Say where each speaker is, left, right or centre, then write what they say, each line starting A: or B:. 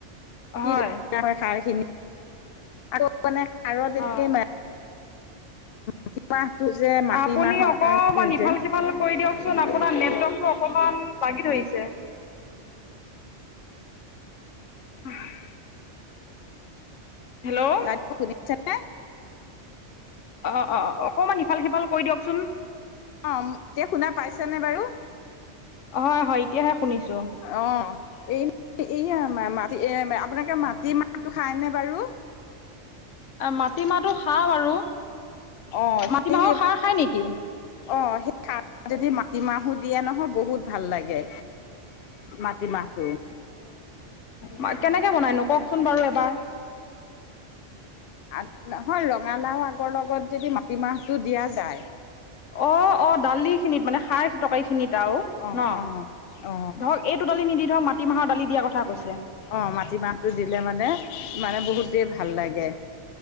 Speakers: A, on the left; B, on the left.
A: কি
B: হয়
A: ধুনীয়া হয় খাৰ খিনি। আৰু মানে খাৰৰ <unintelligible>
B: হয়
A: <unintelligible> টো যে মাটিমাহৰ
B: আপুনি অকণমান ইফাল
A: যে
B: সিফাল কৰি দিয়ক‌ চোন। আপোনাৰ নেটৱৰ্কটো অকণমান লাগি ধৰিছে। <unintelligible> আহ হেল্লও
A: <unintelligible> শুনিছে নে?
B: অঁ, অঁ, অকণমান ইফাল সিফাল কৰি দিয়কচোন।
A: অঁম, এতিয়া শুনা পাইছেনে বাৰু?
B: হয় হয় এতিয়াহে শুনিছোঁ। অঁ
A: অঁ এই এই আমাৰ এ আপোনালোকে মাটি মাহটো খাইনে বাৰু?
B: মাটিমাহটো খাওঁ আৰু
A: অ' সেই
B: মাটি মাহৰ খাৰ খায় নেকি?
A: অ', সেই খাৰত যদি মাটি মাহো দিয়ে নহয়, বহুত ভাল লাগে। মাটি মাহটো।
B: মা কেনেকে বনাইনো কওঁকচোন বাৰু এবাৰ।
A: আগ, নহয় ৰঙালাও আগৰ লগত যদি মাটিমাহটো দিয়া যায়,
B: অ', অ', দালি খিনিত মানে সা সাৰ তৰকাৰী খিনিত আও
A: অ
B: ন
A: অ অ
B: ধৰক এইটো দালি নিদি ধৰক মাটিমাহৰ দালি দিয়াৰ কথা কৈছে।
A: অঁ, মাটিমাহটো দিলে মানে মানে বহুতেই ভাল লাগে।